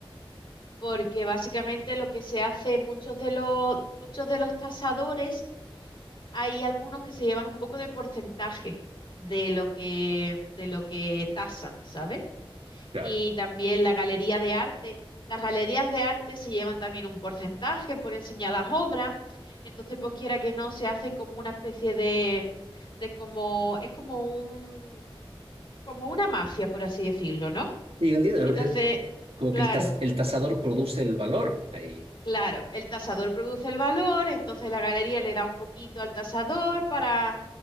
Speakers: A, on the left (about 55°); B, on the right (about 75°).
A: porque básicamente lo que se hace, muchos de los, muchos de los tasadores, hay algunos que se llevan un poco de porcentaje de lo que, de lo que tasan, ¿sabes?
B: claro.
A: y también la galería de arte. Las galerías de arte se llevan también un porcentaje por enseñar las obras, entonces pues quiera que no, se hacen como una especie de, de como, es como un, como una mafia, por así decirlo, ¿no?
B: Sí, yo entiendo.
A: Entonces,
B: eh, como
A: claro,
B: que el, tas- el tasador produce el valor ahí.
A: claro, el tasador produce el valor, entonces la galería le da un poquito al tasador para,